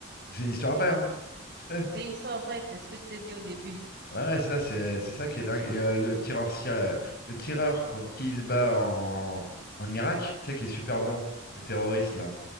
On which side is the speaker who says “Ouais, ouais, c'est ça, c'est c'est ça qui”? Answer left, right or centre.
Left